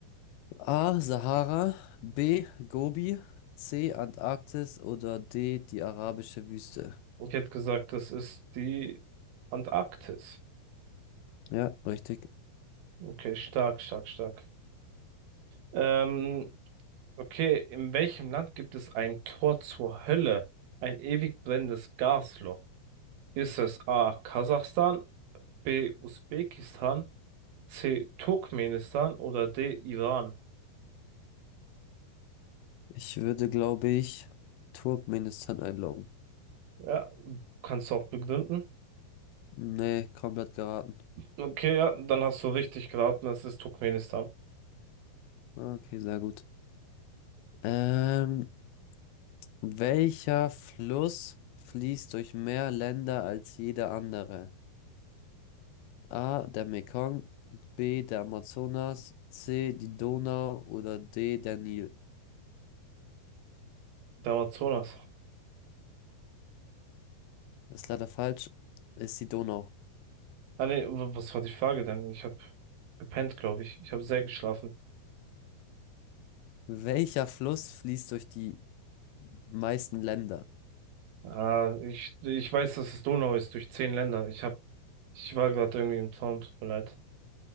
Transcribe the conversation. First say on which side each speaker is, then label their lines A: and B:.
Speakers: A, on the left (about 80°); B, on the right (about 75°).
A: A. Sahara, B. Gobi, C. Antarktis oder D. die arabische Wüste?
B: Ich hätte gesagt, das ist die Antarktis.
A: Ja, richtig.
B: Okay, stark, stark, stark. Ähm, okay, in welchem Land gibt es ein Tor zur Hölle? Ein ewig brennendes Gasloch? Ist es A. Kasachstan, B. Usbekistan, C. Turkmenistan oder D. Iran?
A: Ich würde, glaube ich, Turkmenistan einloggen.
B: Ja, kannst du auch begründen.
A: Nee, komplett geraten.
B: Okay, ja, dann hast du richtig geraten, es ist Turkmenistan.
A: Okay, sehr gut. Ähm, welcher Fluss fließt durch mehr Länder als jeder andere? A, der Mekong, B, der Amazonas, C, die Donau oder D, der Nil.
B: Der Amazonas.
A: Ist leider falsch, ist die Donau.
B: Ah nee, w- was war die Frage denn? Ich habe gepennt, glaube ich. Ich habe sehr geschlafen.
A: Welcher Fluss fließt durch die meisten Länder?
B: Ah, ich, ich weiß, dass es Donau ist durch zehn Länder. Ich hab, ich war gerade irgendwie im Traum, tut mir leid.